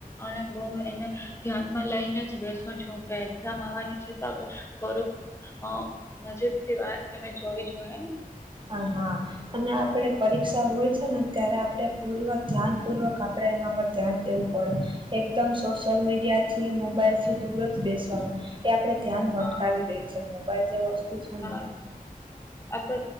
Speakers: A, on the left; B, on the right.
A: અને બહ એને ધ્યાનમાં લઈને જ બેસું છું કે એક્ઝામ આવવાની છે તો આપણે થોડુંક હા નજીક થી વાત અને જોવી જોઈએ ને
B: હ હા. અને આપડે પરીક્ષા હોય છે ને ત્યારે આપે પૂર્વક ધ્યાન પૂર્વક આપણે એમાં ધ્યાન દેવું પડે. એકદમ સોશિયલ મીડિયા થી મોબાઈલથી દૂર જ બેસવાનું એ આપણે ધ્યાન ભટકાવી
A: હા
B: દે છે મોબાઈલ જે વસ્તુ છે
A: હા.
B: ને
A: આપડે